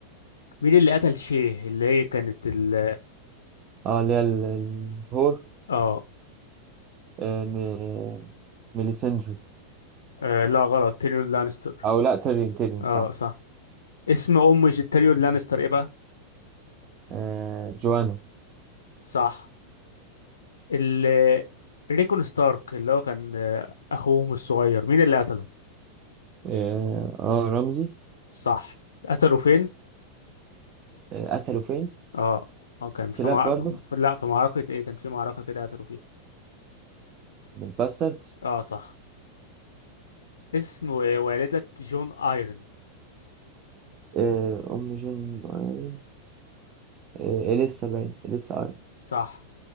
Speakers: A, on the left; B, on the right.
A: مين اللي قتل شيه اللي هي كانت ال
B: اه اللي هي ال- الهور
A: اه
B: آه م- ميليسندري
A: آه، لا غلط تيريون لانستر
B: او لا تيرين تيرين
A: اه
B: صح
A: صح اسم ام ج- تيريون لانستر ايه بقى
B: آه جوانا
A: صح ال ريكون ستارك اللي هو كان آه، اخوهم الصغير مين اللي قتله
B: اه, آه رمزي
A: صح قتله فين
B: آه قتلوا فين
A: اه اه كانت في
B: كلاب
A: معركة
B: برضه
A: في- لا في معركة ايه كان في معركة كده قتلوا فيها
B: باسترد
A: اه صح اسم و- والدة جون ايرون
B: آه، أم جون آيرين آه، إليسا باين إليسا آيرين
A: صح